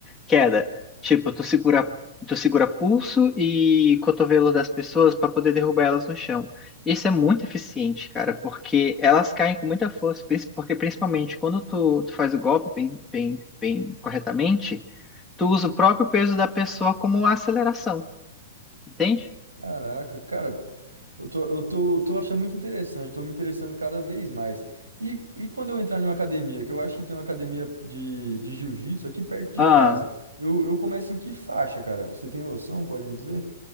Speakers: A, in the centre; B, on the right.
A: queda. Tipo, tu segura, tu segura pulso e cotovelo das pessoas para poder derrubar elas no chão. Isso é muito eficiente, cara, porque elas caem com muita força, princi- porque principalmente quando tu, tu faz o golpe bem, bem, bem corretamente, tu usa o próprio peso da pessoa como aceleração, entende?
B: Caraca, cara, eu tô, eu tô, tô achando muito interessante, tô me interessando cada vez mais. E, e quando eu entrar numa academia, que eu acho que tem uma academia de, de jiu-jitsu aqui perto de
A: Ah,
B: casa, eu, eu começo em que faixa, cara? Você tem noção, pode me dizer?